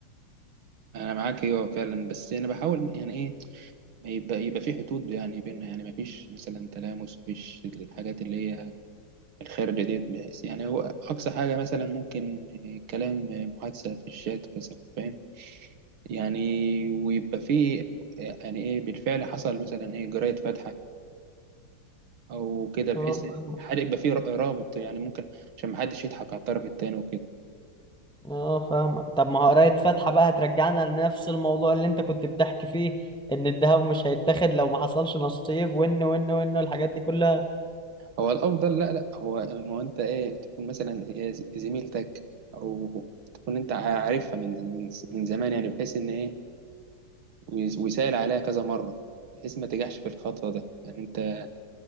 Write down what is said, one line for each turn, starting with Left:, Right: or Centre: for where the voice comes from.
Right: انا معاك ايوه فعلا بس انا بحاول يعني ايه ما يبقى يبقى في حدود يعني بيننا يعني ما فيش مثلا تلامس ما فيش الحاجات اللي هي الخارجة ديت بس يعني هو اقصى حاجة مثلا ممكن آه، كلام آه، محادثة في الشات مثلا فاهم يعني ويبقى في آه، يعني ايه بالفعل حصل مثلا ايه جراية فاتحة او كده بحيث
Centre: اه فاهمك
Right: الحرق يبقى فيه رابط يعني ممكن عشان محدش يضحك على الطرف التاني وكده
Centre: اه فاهمك طب ما هو قراية فاتحة بقى هترجعنا لنفس الموضوع اللي انت كنت بتحكي فيه ان الذهب مش هيتاخد لو ما حصلش نصيب وان وان وان والحاجات دي كلها
Right: هو الافضل لا لا هو ما هو انت ايه تكون مثلا هي ز- زميلتك او تكون انت عارفها من من من زمان يعني بحيث ان ايه ويس- ويسأل عليها كذا مره بحيث ما تجحش في الخطوه ده يعني انت